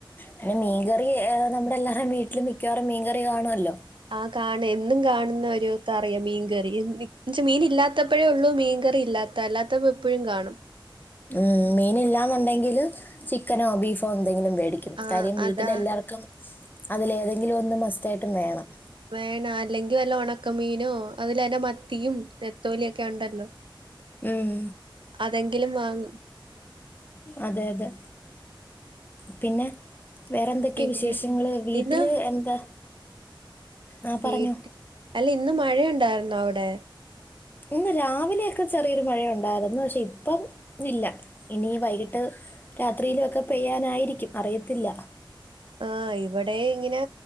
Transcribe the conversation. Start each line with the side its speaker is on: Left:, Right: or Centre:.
Left: പിന്നെ മീൻകറി നമ്മുടെ എല്ലാവും വീട്ടില് മിക്കവാറും മീൻകറി കാണുല്ലോ
Right: ആഹ് കാണ എന്നും കാണുന്ന ഒരു കറിയ മീൻകറി എന്നച്ച മീൻ ഇല്ലാത്തപ്പോഴേ ഉള്ളൂ മീൻ കറി ഇല്ലാ അല്ലാത്തപ്പോ എപ്പോഴും കാണും
Left: ഉം മീനല്ലാന്നുണ്ടെങ്കില് ചിക്കനോ ബീഫോ എന്തെങ്കിലും മേടിക്ക
Right: ആ
Left: കാര്യം വീട്ടില
Right: അതാ
Left: എല്ലാവർക്കും അതിലേതെങ്കിലും ഒന്ന് മസ്റ്റയിട്ടും വേണം
Right: വേണ അല്ലെങ്കിൽ വല്ല ഉണക്കമീനോ അതിലല്ല മത്തിയും നെത്തോലിയ ഒക്കെ ഉണ്ടല്ലോ
Left: ഉം
Right: അതെങ്കിലും വാങ്ങും
Left: അതെ അതെ പിന്നെ വേറെന്തൊക്കെയ
Right: പിന്നെ
Left: വിശേഷങ്ങള് വീട്ടില്
Right: ഇന്ന്
Left: എന്താ ആ
Right: വീട്ടിൽ
Left: പറഞ്ഞോ
Right: അല്ല ഇന്ന് മഴയുണ്ടായിന്നോ അവിടെ
Left: ഇന്ന് രാവിലെയൊക്കെ ചെറിയൊരു മഴയുണ്ടായിരുന്നു പക്ഷേ ഇപ്പം ഇല്ല ഇനി വൈകിട്ട് രാത്രിയിലു ഒക്കെ പെയ്യാനായിരിക്കും അറിയത്തില്ല
Right: ആഹ് ഇവിടെ ഇങ്ങനെ